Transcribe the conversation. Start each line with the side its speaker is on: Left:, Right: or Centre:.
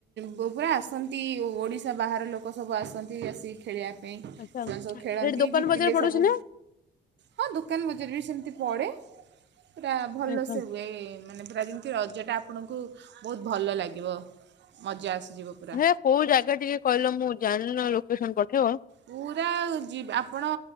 Right: ବ ପୁରା ଆସନ୍ତି ଓଡ଼ିଶା ବାହାର ଲୋକ ସବୁ ଆସନ୍ତି ଆସିକି ଖେଳିବା ପାଇଁ
Left: ଆଛା
Right: ସେମାନେ ସବୁ ଖେଳନ୍ତି
Left: ସେଠି ଦୋକାନ
Right: ଜିତିଲେ
Left: ବଜାର ପଡୁଛି
Right: ସବୁ
Left: ନା?
Right: ହଁ ଦୋକାନ ବଜାର ବି ସେମିତି ପଡ଼େ ପୁରା ଭଲ
Left: ଆଛା
Right: ସେ ମାନେ ପୁରା ଯେମିତି ରଜଟା ଆପଣଙ୍କୁ ବହୁତ ଭଲ ଲାଗିବ ମଜା ଆସିଯିବ। ପୁରା
Left: ହେଁ କୋଉ ଜାଗା ଟିକେ କହିଲ ମୁଁ ଜାଣିଲ ନହେଲେ ଲୋକେସନ୍ ପଠେଇବ।
Right: ପୁରା ଯିବା ଆପଣ